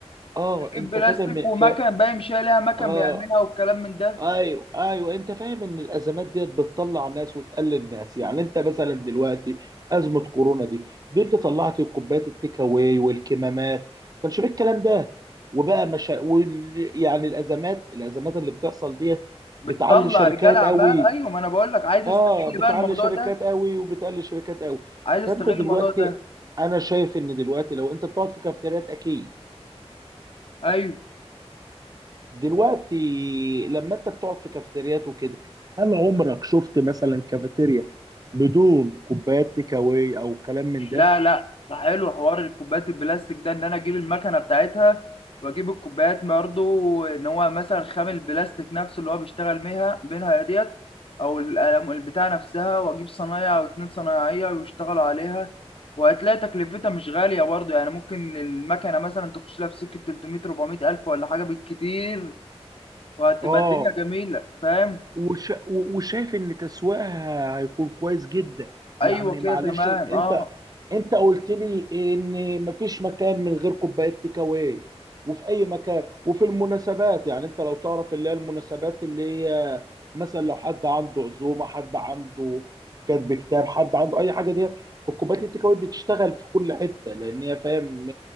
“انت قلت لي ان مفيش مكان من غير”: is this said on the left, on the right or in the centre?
Right